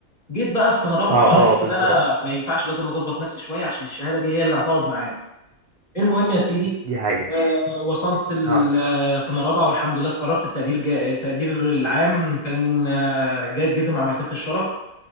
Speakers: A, on the left; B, on the right.
A: جيت بقى في سنه رابعه
B: طب
A: لقيت
B: اه بالظبط
A: ان انا ما ينفعش لازم اظبط نفسي شويه عشان الشهاده دي هي اللي هتقعد معايا المهم يا سيدي
B: دي حقيقة
A: آه، وصلت السنه
B: اه
A: رابعه والحمد لله اتخرجت بتقدير جا... تقدير العام كان آه، جيد جدا مع مرتبه الشرف